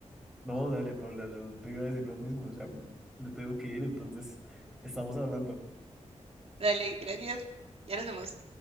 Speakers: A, in the centre; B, on the right.
A: No, dale, Paula, yo te iba a decir lo mismo. Ya me me tengo que ir, entonces estamos hablando.
B: Dale, gracias. Ya nos vemos.